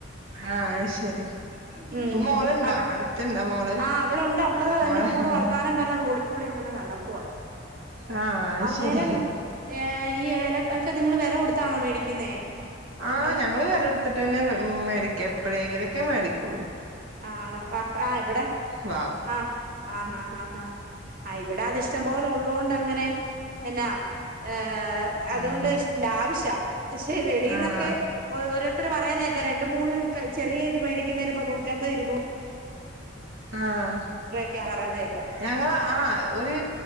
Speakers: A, on the right; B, on the right.
A: ആഹ് ശരി
B: ഉം
A: ഇപ്പൊ മോളുണ്ടോ
B: അവൾ
A: അടുത്തുണ്ടോ മോള്
B: ആ അവളുണ്ട്. അവള്
A: മോളെ
B: എന്റെ കൂടെ വർത്തമാനം പറഞ്ഞ് റോഡിക്കൂടെ നടക്കുവാ
A: ആഹ്
B: അന്നേരം
A: ശരി
B: ഏയ് ഈ ഏലം ഒക്കെ നിങ്ങൾ വെല കൊടുത്താണോ മേടിക്കുന്നേ?
A: ആഹ്
B: അതൊക്കെ
A: ഞങ്ങള് വെല എട്ത്തിട്ടന്നെ വെ മേടിക്ക എപ്പഴേങ്കിലൊക്കെ മേടിക്കൊള്ളൂ.
B: ആണോ? അർപ്പ ആഹ് ഇവിടെ
A: വാവും
B: ആഹ് ആഹ് ഹാ ഹാ ഹാ ആഹ് ഇവിടെ അത് ഇഷ്ടം പോലെ ഉള്ളോണ്ടങ്ങനെ എന്നാ ഏഹ് അതുകൊണ്ട്
A: ആഹ്
B: ഇഷ് ലാവിഷാ പക്ഷെ വെളീന്നക്കെ
A: ആഹ്
B: ഓ ഓരോരുത്തർ പറയുന്ന കേക്കാ രണ്ട് മൂന്ന് ക ചെറിയ ഇത് മേടിക്കുന്നയ്ന്പ്പൊ നൂ റ്റമ്പത് ഇരുന്നൂ
A: ആഹ്
B: ക്ക്യാ പറയുന്നത്.
A: ഞങ്ങള ആഹ് ഒര്